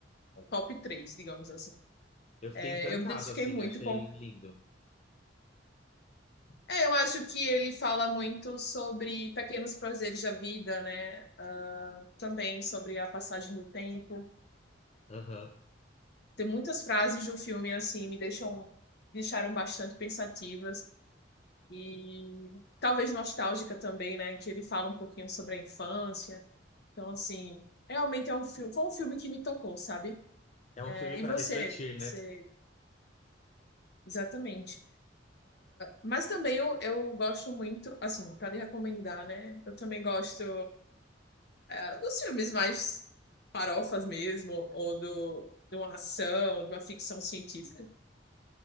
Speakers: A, on the left; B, on the left.
A: o top 3, digamos assim.
B: Eu fiquei
A: É,
B: encantado,
A: eu me identifiquei
B: assim,
A: muito
B: achei
A: com.
B: lindo.
A: É, eu acho que ele fala muito sobre pequenos prazeres da vida, né? Ah, também sobre a passagem do tempo.
B: Aham.
A: Tem muitas frases do filme assim me deixam deixaram bastante pensativas e talvez nostálgica também, né? Que ele fala um pouquinho sobre a infância. Então assim, realmente é um filme, foi um filme que me tocou, sabe?
B: É um
A: É,
B: filme para
A: e você?
B: refletir,
A: Você,
B: né?
A: exatamente. Mas também eu, eu gosto muito, assim, para lhe recomendar, né? Eu também gosto é, dos filmes mais farofas mesmo, ou do, de uma ação, de uma ficção científica.